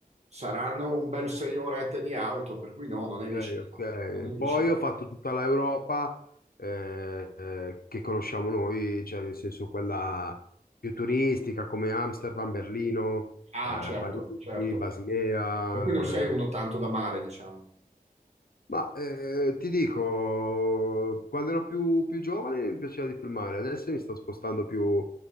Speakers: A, on the right; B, on the left.
A: saranno un bel sei orette di auto, per cui no, non
B: Ok,
A: è vicino.
B: ok.
A: Non è vicino.
B: Poi ho fatto tutta l'Europa eh, eh, che conosciamo noi, cioè nel senso quella più turistica come Amsterdam, Berlino,
A: Ah,
B: eh,
A: certo,
B: Parigi,
A: certo.
B: Basilea.
A: Per cui non sei
B: eh.
A: uno tanto da mare, diciamo.
B: Ma eh, ti dico, quando ero più, più giovane mi piaceva di più il mare, adesso mi sto spostando più